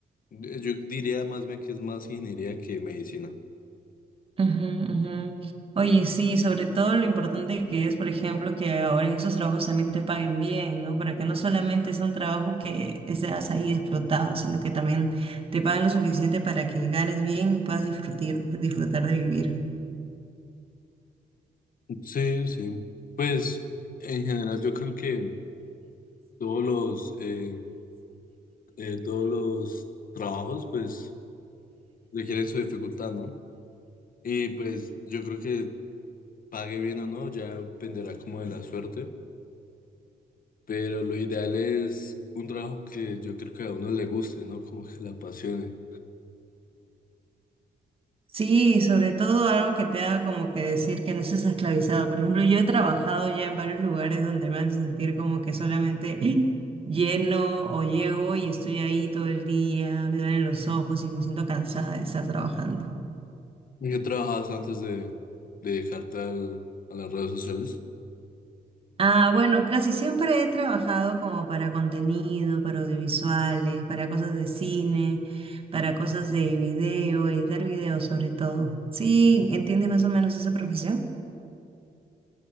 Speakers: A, on the left (about 60°); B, on the right (about 35°).
A: eh, yo diría más bien que es más ingeniería que medicina.
B: Ujú, ujú. Oye, sí, sobre todo lo importante que es, por ejemplo, que ahora en esos trabajos también te paguen bien, ¿no? Para que no solamente sea un trabajo que seas ahí explotado, sino que también te paguen lo suficiente para que ganes bien y puedas disfrutar, disfrutar de vivir.
A: Sí, sí. Pues en general yo creo que todos los eh, eh, todos los trabajos pues requieren su dificultad, ¿no? Y pues yo creo que pague bien o no, ya dependerá como de la suerte, pero lo ideal es un trabajo que yo creo que a uno le guste, ¿no? Como que le apasione.
B: Sí, sobre todo algo que te haga como que decir que no estás esclavizado. Por ejemplo, yo he trabajado ya en varios lugares donde me hacen sentir como que solamente <clears throat> lleno o llego y estoy ahí todo el día, me duelen los ojos y me siento cansada de estar trabajando.
A: ¿En qué trabajabas antes de, de dejarte al- a las redes sociales?
B: Ah, bueno, casi siempre he trabajado como para contenido, para audiovisuales, para cosas de cine, para cosas de video, editar videos sobre todo. Sí, ¿entiendes más o menos esa profesión?